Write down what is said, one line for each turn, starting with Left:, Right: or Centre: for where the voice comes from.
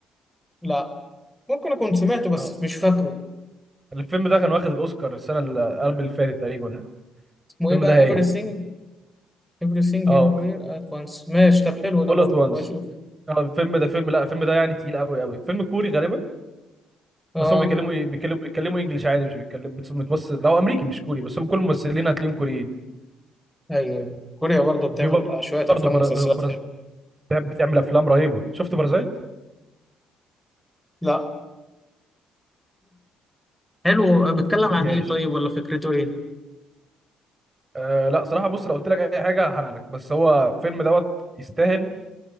Centre: لا ممكن اكون سمعته بس
Right: اه
Centre: مش فاكره
Right: الفيلم ده كان واخد الاوسكار السنه اللي قبل اللي فاتت تقريبا
Centre: اسمه
Right: الفيلم
Centre: ايه بقى
Right: ده هايل
Centre: everything everything
Right: اه
Centre: everywhere at once ماشي طب حلو ده
Right: all
Centre: برضه
Right: at once
Centre: واشوف
Right: اه الفيلم ده فيلم لا الفيلم ده يعني تقيل قوي قوي فيلم كوري غالبا
Centre: اه
Right: بس هم بيتكلموا ايه بيتكلموا بيتكلموا انجلش عادي مش بيتكلم بتس- متمثل لو امريكي مش كوري بس هم كل الممثلين هتلاقيهم كوريين
Centre: ايوه كوريا برضه بتعمل
Right: وفي
Centre: شوية
Right: برضه
Centre: افلام
Right: برا...
Centre: ومسلسلات
Right: برا...
Centre: حلوه
Right: بتعمل افلام رهيبه شفت بارازايت
Centre: لا حلو بيتكلم عن
Right: ماشي
Centre: ايه طيب ولا فكرته ايه
Right: أه لا صراحة بص لو قلت لك أي حاجة هحرق لك بس هو فيلم دوت يستاهل